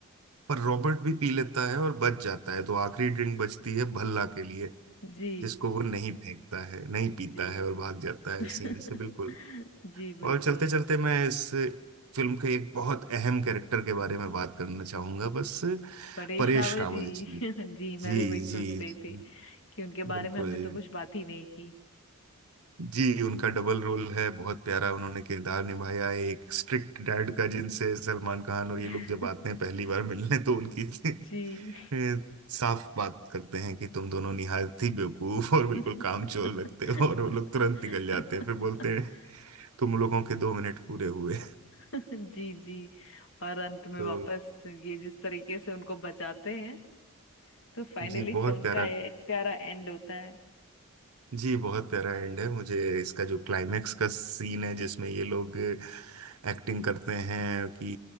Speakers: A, on the right (about 85°); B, on the left (about 60°).
A: पर रॉबर्ट भी पी लेता है और बच जाता है तो आखिरी ड्रिंक बचती है भल्ला के लिए
B: जी
A: जिसको वो नहीं फेंकता है नहीं पीता
B: जी
A: है और भाग जाता
B: <laughs>
A: है सीन से बिल्कुल
B: जी बिल्कुल
A: और चलते चलते मैं इस फिल्म के एक बहुत अहम कैरेक्टर के बारे में बात करना चाहूंगा बस
B: परेश
A: परेश
B: रावल
A: रावल
B: जी
A: जी
B: <laughs> जी मैं
A: जी
B: भी वही सोच
A: जी
B: रही
A: जी,
B: थी कि उनके बारे
A: बिल्कुल
B: में हमने तो कुछ बात ही नहीं की
A: जी उनका डबल रोल है बहुत प्यारा उन्होंने किरदार निभाया है। एक स्ट्रिक्ट डैड का जिनसे सलमान खान और ये
B: <laughs>
A: लोग जब आते हैं पहली बार मिलने तो उनकी <laughs>
B: जी
A: फिर साफ बात करते हैं कि तुम दोनों निहायत ही बेवकूफ और बिल्कुल
B: <laughs>
A: कामचोर लगते हो और वो लोग तुरंत निकल जाते हैं फिर बोलते हैं तुम लोगों के दो मिनट पूरे हुए
B: जी जी और अंत में
A: तो
B: वापस ये जिस तरीके से उनको बचाते हैं तो फाइनली
A: जी बहुत
B: फिल्म
A: प्यारा
B: का ये प्यारा एंड होता है
A: जी बहुत प्यारा एंड है मुझे इसका जो क्लाइमेक्स का सीन है जिसमें ये लोग एक्टिंग करते हैं कि